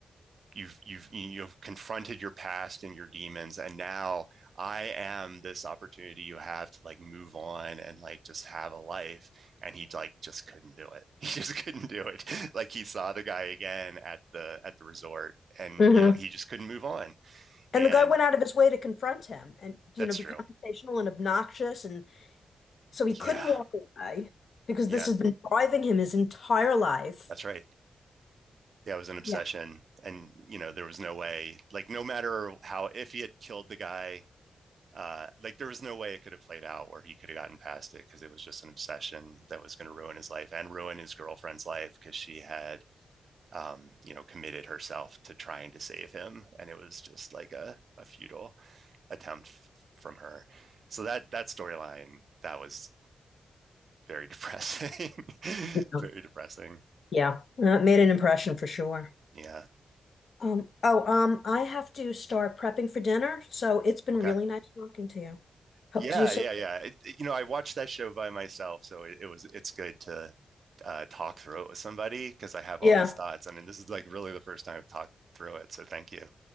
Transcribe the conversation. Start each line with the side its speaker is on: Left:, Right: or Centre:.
Right: you've you've you've confronted your past and your demons and now i am this opportunity you have to like move on and like just have a life and he like just couldn't do it <laughs> he just couldn't do it like he saw the guy again at the at the resort and
Left: hmm
Right: you know he just couldn't move on
Left: And
Right: and
Left: the guy went out of his way to confront him and, you
Right: that's
Left: know, be
Right: true
Left: confrontational and obnoxious. And so he
Right: yeah
Left: couldn't walk away because
Right: yeah
Left: this has been driving him his entire life.
Right: that's right yeah, it was an obsession.
Left: Yeah.
Right: And, you know, there was no way, like, no matter how, if he had killed the guy uh, like there was no way it could have played out where he could have gotten past it because it was just an obsession that was going to ruin his life and ruin his girlfriend's life because she had um, you know committed herself to trying to save him and it was just like a, a futile attempt f- from her so that that storyline that was very depressing <laughs>
Left: Yeah.
Right: very depressing
Left: Yeah. Uh, It made an impression for sure.
Right: yeah
Left: Um, oh, um, I have to start prepping for dinner, so it's been
Right: okay
Left: really nice talking to you. Hope
Right: yeah
Left: to do so.
Right: yeah yeah it, it- you know i watched that show by myself so it, it was it's good to uh, talk through it with somebody because I have
Left: Yeah.
Right: all these thoughts. I mean, this is like really the first time I've talked through it. So thank you.